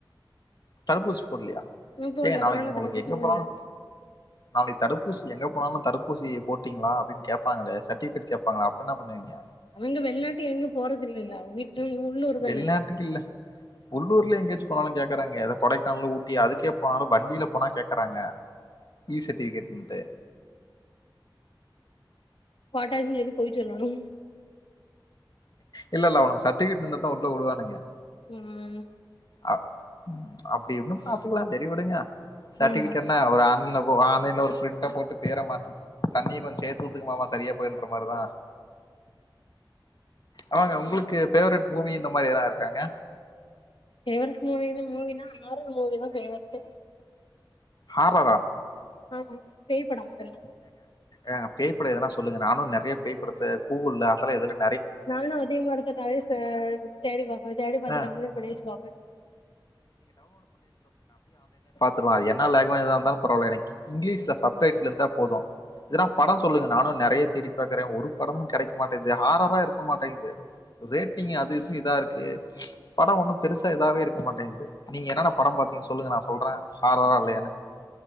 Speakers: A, on the left (about 55°); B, on the left (about 85°).
A: தடுப்பூசி போட்லியா
B: நா போடல
A: ஏ நாளைக்கு
B: கொரோனா
A: உங்களுக்கு
B: தடுப்பூசி
A: எங்க
B: போடல
A: போனாலு நாளைக்கு தடுப்பூசி எங்க போனாலு தடுப்பூசி போட்டிங்களா அப்டி கேப்பாங்களே சர்டிபிகேட் கேப்பாங்களே அப்ப என்ன பன்னுவிங்க
B: அவிங்க வெளிநாட்டு எங்க போறது இல்லல்ல வீட்ல உள்ளூர் தான
A: வெளிநாட்டுக்கு இல்ல உள்ளூர்ல எங்கேயாச்சு போனாலு கேக்குறாங்க யத கொடைக்கானல் ஊட்டி அதுக்கே போனாலு வண்டியில போனா கேக்கறாங்க ஈ சர்டிபிகேட்ன்டு
B: போட்டாச்சின் சொல்லி பொய் சொல்லணு
A: இல்ல இல்ல ஒனக்கு சர்டிபிகேட் இருந்தா தா உள்ள வுடுவானுங்க
B: ம்
A: அ அப்டி இன்னு பாத்துக்கலா செரி விடுங்க சர்டிபிகேட்னா
B: ஆ ஆமா
A: ஒரு ஆன்லைன்ல போ வாங் ஆன்லைன்ல ஒரு பிரிண்ட்ட போட்டு பெர மாத்து தண்ணி கொஞ்சோ சேர்த்து தூத்துக்குமாமமா சரியா போயன்ற மாரிதா ஆமாங்க ஒங்களுக்கு ஃபேவரெட் மூவி இந்த மாரி எதா இருக்காங்க
B: ஃபேவரெட் மூவினா ஹாரர் மூவினா தா ஃபேவரெட்
A: ஹாரர்ரா
B: ஆமா பேய் படோ மொதல்
A: ஏங்க பேய்படோ எதுனா சொல்லுங்க நானு நறைய பேய்படத்த கூகுள்ள அதெல எதுல
B: நானு அதேமரத்துக்காகவே ச தேடி பாப்போ தேடி பாத்து
A: ஆ
B: டவுன்லோடு பண்ணி பன்னிச்சி பாப்பே
A: பாத்ருலா அது என்ன லாங்குவெஜ்தானாலு பரவால்ல எனக்கு இங்கிலீஷ்ல சப்டைட்டில் இருந்தா போதும் எதுனா படம் சொல்லுங்க நானு நறைய தேடி பாக்றே ஒரு படமு கடைக்க மாட்டேங்குது ஹாரர்ரா இருக்க மாட்டேங் து ரேட்டிங் அது இது இதா இருக்கு படம் ஒன்னு பெருசா இதாவே இருக்க மாட்டேங் து நீங்க என்னென்ன படம் பாத்தீங்க சொல்லுங்க நா சொல்றேன் ஹாரர்ரா இல்லையான்னு